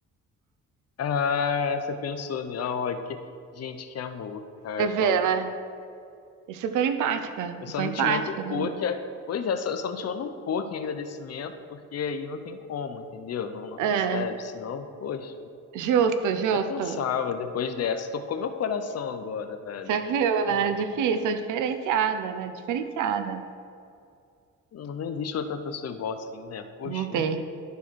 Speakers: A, on the left; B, on the right.
A: Ah, você pensou, né? Ah, ó, que... Gente, que amor, cara.
B: você vê,
A: Ó.
B: né? É super empática.
A: Eu
B: Eu
A: só
B: sou
A: não
B: empática
A: te mando um
B: também.
A: pouco. é- Pois é, só, só não te mando um pouco em agradecimento, porque aí não tem como, entendeu? Não, não
B: É.
A: recebe, senão, poxa.
B: Justo, justo.
A: Até pensava depois dessa. Tocou meu coração agora, velho.
B: Você viu,
A: Ó,
B: né? Difícil, sou diferenciada, né? Diferenciada.
A: não, não existe outra pessoa igual assim, né? Poxa.
B: Não tem.